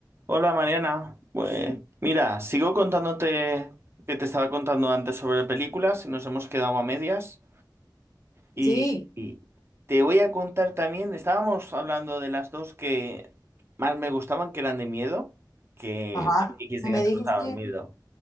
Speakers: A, on the right (about 35°); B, on the left (about 50°).
A: Hola Mariana, pues mira, sigo contándote que te estaba contando antes sobre películas y nos hemos quedado a medias y,
B: Sí,
A: y te voy a contar también, estábamos hablando de las dos que más me gustaban, que eran de miedo, que
B: ajá.
A: me dijiste
B: Que
A: que
B: me
A: no te
B: dijiste,
A: gustaban miedo.